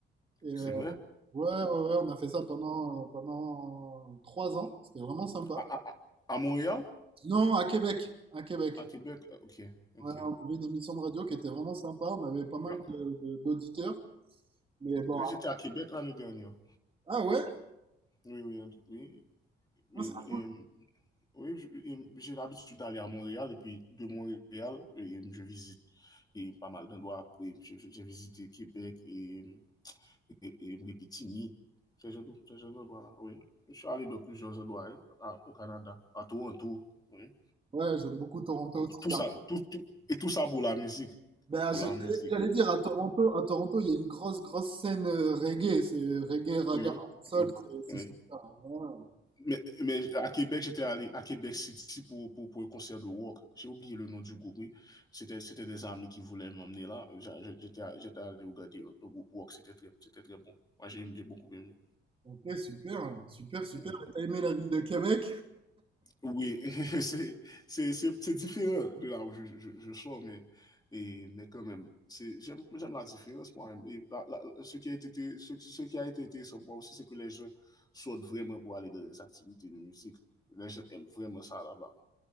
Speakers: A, on the right; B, on the left.
A: Et,
B: C'est
A: euh,
B: vrai
A: ouais, ouais, ouais, on a fait ça pendant, euh, pendant trois ans. C'était vraiment sympa.
B: à, à, à, Montréal
A: Non, à Québec. À Québec.
B: À Québec Ok, ok.
A: Ouais, on avait une émission de radio qui était vraiment sympa. On avait pas mal
B: Ah,
A: de- de- d'auditeurs. Mais bon.
B: J'étais à Québec l'année dernière.
A: Ah ouais?
B: Oui, oui, oui. Oui,
A: Ah, ça-
B: Et, et, oui, je- et j'ai l'habitude d'aller à Montréal et puis de Montréal, et je visite et pas mal d'endroits. Oui, j'ai j'ai visité Québec et et, et Mripitini, ces gens, ces gens là oui. Je suis allé dans plusieurs endroits hein, au Canada, à Toronto. oui.
A: Ouais, j'aime beaucoup Toronto aussi.
B: Tout
A: là.
B: ça, tout, tout- et tout ça pour la musique,
A: Ben,
B: pour
A: je-
B: la musique.
A: j'allais dire à Toronto, à Toronto, il y a une grosse, grosse scène euh, reggae. C'est reggae, raga,
B: oui,
A: sol.
B: oui,
A: C'est c'est
B: oui.
A: super. Ouais.
B: Mais, mais à Québec, j'étais allé à Québec City pour, pour, pour un concert de rock. J'ai oublié le nom du groupe, oui. C'était, c'était des amis qui voulaient m'emmener là. J'étais, j'étais allé regarder euh, le groupe rock, c'était très, c'était très bon. Moi, j'ai, j'ai beaucoup aimé.
A: Ok, super, super, super.
B: Mhm.
A: Et T'as aimé la ville de Québec?
B: Oui, <laughs> c'est c'est- c'est- c'est différent de là où je, je, je sors, mais, et, mais quand même, c'est, j'aime, j'aime la différence moi-même. Et la- la- ce qui a été, été- ce, ce qui a été intéressant pour moi aussi, c'est que les gens sortent vraiment pour aller dans des activités de musique. Les gens aiment vraiment ça là-bas,